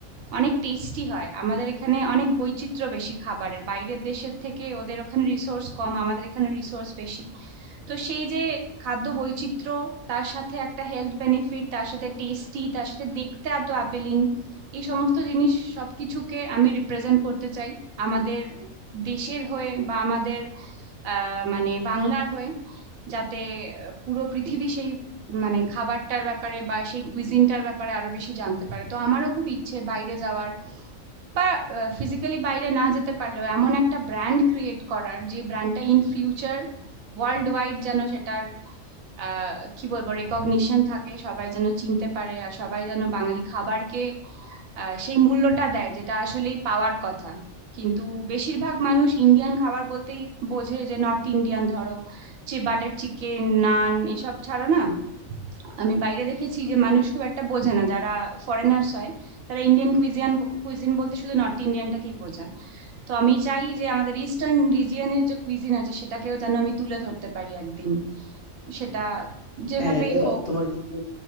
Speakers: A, on the right; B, on the left.
A: অনেক টেস্টি হয় আমাদের এখানে অনেক বৈচিত্র্য বেশি খাবারের বাইরের দেশের থেকে ওদের ওখানে রিসোর্স কম আমাদের এখানে রিসোর্স বেশি তো সেই যে খাদ্য বৈচিত্র্য তার সাথে একটা হেলথ বেনিফিট তার সাথে টেস্টি তার সাথে দেখতে এত অ্যাপিলিং এই সমস্ত জিনিস সবকিছুকে আমি রিপ্রেজেন্ট করতে চাই আমাদের দেশের হয়ে বা আমাদের আহ মানে বাংলার হয়ে যাতে পুরো পৃথিবী সেই মানে খাবারটার ব্যাপারে বা সেই কুইজিনটার ব্যাপারে আরো বেশি জানতে পারে তো আমারও খুব ইচ্ছে বাইরে যাওয়ার বা ফিজিক্যালি বাইরে না যেতে পারলেও এমন একটা ব্র্যান্ড ক্রিয়েট করার যে ব্র্যান্ডটা ইন ফিউচার ওয়ার্ল্ড ওয়াইড যেন সেটার আহ, কি বলবো রেকগনিশন থাকে সবাই যেন চিনতে পারে আর সবাই যেন বাঙালি খাবারকে আহ, সেই মূল্যটা দেয় যেটা আসলেই পাওয়ার কথা কিন্তু বেশিরভাগ মানুষ ইন্ডিয়ান খাবার বলতেই বোঝে যে নর্থ ইন্ডিয়ান ধরো যে বাটার চিকেন নান এসব ছাড়া না আমি বাইরে দেখেছি যে মানুষ খুব একটা বোঝে না যারা ফরেনার্স হয় তারা ইন্ডিয়ান কুইজিয়ান কুইজিন বলতে শুধু নর্থ ইন্ডিয়ানটাকেই বোঝে তো আমি চাই যে আমাদের ইস্টার্ন রিজিয়নের যে কুইজিন আছে সেটাকেও যেন আমি তুলে ধরতে পারি একদিন সেটা যেভাবেই
B: হ্যাঁ এটা
A: হোক
B: তোমার কিন্তু